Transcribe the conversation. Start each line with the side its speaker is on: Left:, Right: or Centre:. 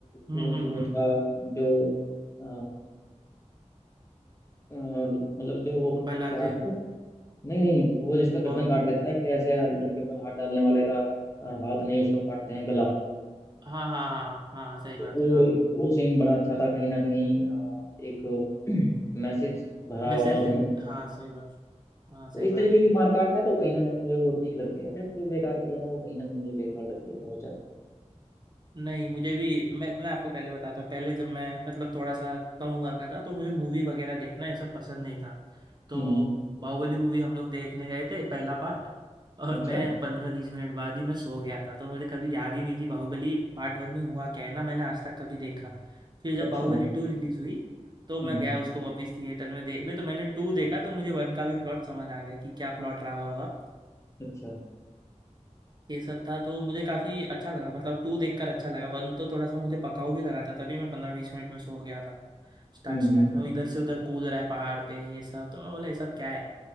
Right: हम्म
Left: वो
Right: हम्म
Left: जो
Right: हम्म
Left: वो था जो अ, अ, मतलब जो वो
Right: बल्लाल
Left: क्या
Right: देव
Left: था नहीं नहीं वो जिसका गर्दन
Right: कौन
Left: काट देता है कि ऐसे लड़के पर हाथ डालने वाले का अ, हाथ नहीं उसका काटते हैं गला
Right: हाँ हाँ हाँ हाँ सही
Left: तो
Right: बात
Left: वो
Right: है हाँ
Left: एक वो सीन बड़ा अच्छा था कहीं ना कहीं अ, एक <clears throat> मैसेज भरा
Right: मैसेज
Left: हुआ था उसमें
Right: दे हाँ सही बात हाँ सही
Left: तो इस
Right: बात
Left: तरीके
Right: है
Left: की मारकाट है तो कहीं ना कहीं मुझे वो ठीक लगती है बट जो बेकार की है वो कहीं ना कहीं मुझे बेकार लगती है बहुत ज्यादा
Right: नहीं मुझे भी मैं मैं आपको पहले बताता हूँ पहले जब मैं मतलब थोड़ा सा कम उम्र का था तो मुझे मूवी वगैरह देखना ये सब पसंद नहीं था तो
Left: हम्म
Right: बाहुबली मूवी हम लोग देखने गए थे पहला पार्ट और
Left: अच्छा
Right: मैं पंद्रह बीस मिनट बाद ही मैं सो गया था तो मुझे कभी याद ही नहीं कि बाहुबली पार्ट वन में हुआ क्या है ना मैंने आज तक कभी देखा फिर जब
Left: अच्छा
Right: बाहुबली टू रिलीज हुई तो
Left: हम्म
Right: मैं गया उसको वापस थिएटर में देखने तो मैंने टू देखा तो मुझे वन का भी प्लॉट समझ आ गया कि क्या प्लॉट रहा होगा
Left: अच्छा
Right: ये सब था तो मुझे काफी अच्छा लगा मतलब टू देखकर अच्छा लगा वन तो थोड़ा सा मुझे पकाऊ भी लगा था तभी मैं पंद्रह बीस मिनट में सो गया था स्टार्ट
Left: हम्म
Right: स्टार्ट
Left: हम्म हम्म।
Right: में वो इधर से उधर कूद रहा है पहाड़ पे ये सब तो मैं बोला ये सब क्या है